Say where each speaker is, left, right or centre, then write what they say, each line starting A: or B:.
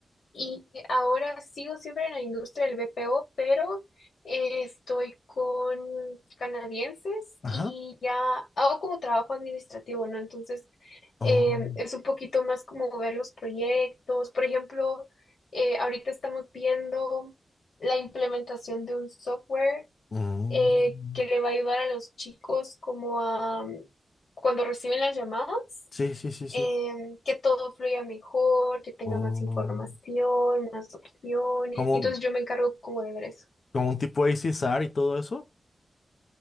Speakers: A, on the left; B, on the left.
A: Y ahora sigo siempre en la industria del BPO, pero eh, estoy con canadienses
B: Ajá.
A: y ya hago como trabajo administrativo, ¿no? Entonces
B: Oh,
A: eh, es un poquito más como ver los proyectos. Por ejemplo, eh, ahorita estamos viendo la implementación de un software
B: mm.
A: eh, que le va a ayudar a los chicos como a mm, cuando reciben las llamadas,
B: Sí, sí, sí, sí.
A: em, que todo fluya mejor, que tenga
B: Oh.
A: más información, más opciones.
B: Como,
A: Entonces yo me encargo como de ver eso.
B: como un tipo ACSR y todo eso,